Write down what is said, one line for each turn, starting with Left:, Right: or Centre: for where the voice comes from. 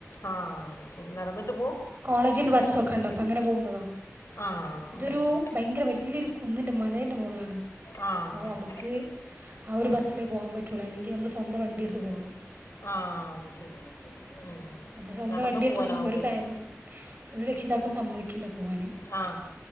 Left: ആ അത് ശരി നടന്നിട്ട് പോകും
Right: കോളേജിന്റെ ബസ്സൊക്കെ ഇണ്ട് ഇപ്പൊ അങ്ങനെ പോകുന്നതാ
Left: ആഹ്
Right: ഇതൊരു
Left: അത് ശരി
Right: ഭയങ്കര വലിയൊരു കുന്നി്ൻ്റെ മലൻ്റെ മുകളിലാണ്
Left: ആഹ്
Right: ഒ
Left: ആഹ്
Right: അവിടക്ക് ആ ഒരു ബസ്സിലേ പോകൻ പറ്റുള്ളു അല്ലെങ്കിൽ നമ്മള് സ്വന്തം വണ്ടി എടുത്ത് പോകണം
Left: ആ അത് ശരി ഉം
Right: നമ്മുടെ സ്വന്തം
Left: നടന്നു
Right: വണ്ടിയടുത്തൊന്നും
Left: പോവാനാവൂലല്ലേ
Right: ഒരു പേരന്റ്സും ഒരു രക്ഷിതാക്കളും സമ്മതിക്കില്ല പോവാന്
Left: ആ